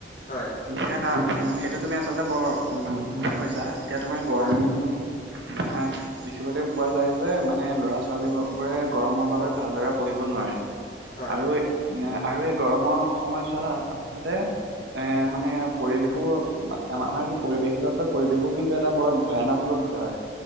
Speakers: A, on the left; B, on the right.
A: হয়
B: এতিয়া সেইটো তুমি আচলতে বৰ ভাল কথা কৈছা এতিয়া তোমাৰ গৰমো
A: হয়
B: এ, দেখিবলৈ পোৱা যায় যে মানে ল'ৰা ছোৱালী বোৰে গৰমৰ বাবে ভালদৰে পঢ়িব নোৱাৰে,
A: হয়
B: আৰু আৰু এই গৰমৰ সময়ছোৱাত আচলতে এ, মানে পৰিৱেশো, আমাৰ যি পৰিৱেশটো আছে পৰিৱেশো কিন্তু এটা বৰ ভয়ানক হয়',